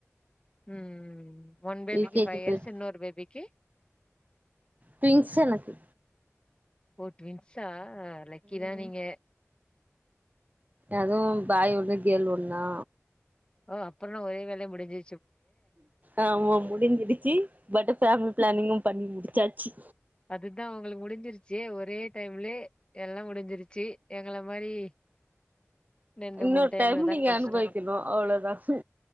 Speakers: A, on the left; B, on the right.
A: ம் ம் ஒன் பேபிக்கு
B: யூ கே
A: ஃபைவ்
B: ஜி
A: இயர்ஸ்
B: போயிட்
A: இன்னொரு பேபிக்கு
B: டுவின்ஸ் எனக்கு
A: ஓ ட்வின்ஸா லக்கி
B: ம்
A: தா நீங்க
B: அதுவு பாய் ஒண்ணு கேர்ல் ஒண்ணா
A: ஓ அப்புற என்ன ஒரே வேலையா முடிஞ்சு
B: ஆமா முடிஞ்சிருச்சு பட் ஃபமிலி ப்ளனிங்கு பண்ணி முடிச்சாச்சு
A: அதுதா உங்களுக்கு முடிஞ்சிருச்சு ஒரே ஒரே டைம்லே எல்லா முடிஞ்சிருச்சு எங்கள மாரி ரெண்டு
B: இன்னொரு
A: மூணு டைம்னாதா
B: டைம் நீங்க
A: கஷ்ட
B: அனுபவிக்கணு அவ்ளோதா